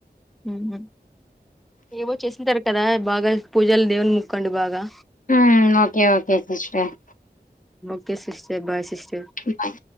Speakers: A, in the centre; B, on the left.
A: ఉహు ఏవో చేసుంటారు కదా బాగా పూజలు దేవునికి మొక్కండి బాగా
B: ఆ okay okay sister
A: okay sister bye sis
B: bye